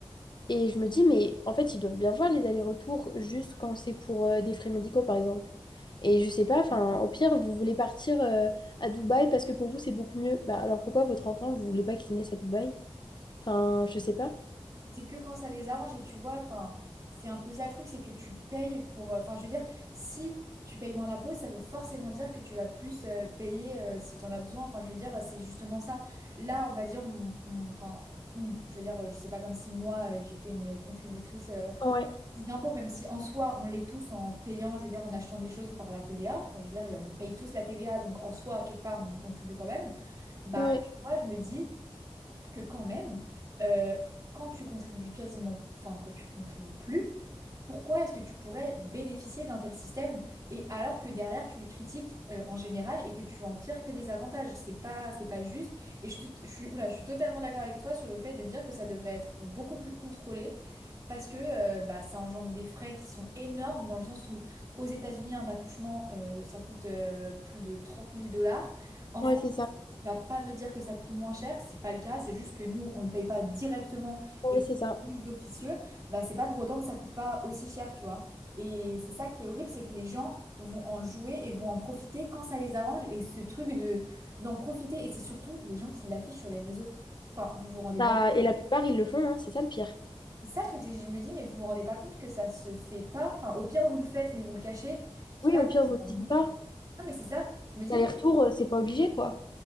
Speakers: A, on the left; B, on the right.
A: Et je me dis, mais en fait, ils doivent bien voir les allers-retours juste quand c'est pour euh, des frais médicaux, par exemple. Et je sais pas, enfin, au pire, vous voulez partir euh, à Dubaï parce que pour vous, c'est beaucoup mieux. Bah alors pourquoi votre enfant, vous voulez pas qu'il naisse à Dubaï? Enfin, je sais pas.
B: c'est que quand ça les arrange, et tu vois, enfin, c'est un peu ça le truc, c'est que tu payes pour. euh, Enfin, je veux dire, si tu payes moins d'impôts, ça veut forcément dire que tu vas plus euh, payer euh, si tu en as besoin. Enfin, je veux dire, c'est justement ça. Là, on va dire, on, on- enfin, on, je veux dire, euh, je sais pas comme si moi, euh, j'étais une contributrice. euh,
A: Ouais,
B: des impôts, même si en soi, on les tous en payant, je veux dire, en achetant des choses par la TVA. Enfin, je veux dire, on paye tous la TVA, donc en soi, quelque part, on contribue quand même. Bah,
A: ouais,
B: tu vois, je me dis que quand même, euh, quand tu contribues quasiment, enfin quand tu contribues plus, pourquoi est-ce que tu pourrais bénéficier d'un tel système et alors que derrière tu le critiques euh, en général et que tu en tires que des avantages? C'est pas, c'est pas juste. Et je, suis- je suis, oula, je suis totalement d'accord avec toi sur le fait de dire que ça devrait être beaucoup plus contrôlé. Parce que euh, bah, ça engendre des frais qui sont énormes, dans le sens où aux États-Unis, un accouchement, euh, ça coûte euh, plus de trente mille dollars. En
A: ouais,
B: France,
A: c'est ça.
B: tu vas pas me dire que ça coûte moins cher, c'est pas le cas, c'est juste que nous, on le paye pas directement
A: Ouais,
B: et que
A: c'est
B: c'est
A: ça.
B: plus officieux, bah c'est pas pour autant que ça coûte pas aussi cher, tu vois. Et c'est ça qui est horrible, c'est que les gens vont en jouer et vont en profiter quand ça les arrange et ce truc de d'en profiter et c'est surtout les gens qui l'affichent sur les réseaux. Enfin, vous vous rendez
A: Bah,
B: bien.
A: et la plupart, ils le font, hein, c'est ça le pire.
B: C'est ça le truc, c'est que je me dis mais vous vous rendez pas compte que ça se fait pas. Enfin, au pire vous le faites mais vous le cachez. Je
A: Oui,
B: sais pas.
A: au pire,
B: il y
A: vous le
B: a-
A: dites pas.
B: Ah, mais c'est ça. Je me dis
A: L'aller-retour,
B: mais
A: euh, c'est pas obligé, quoi.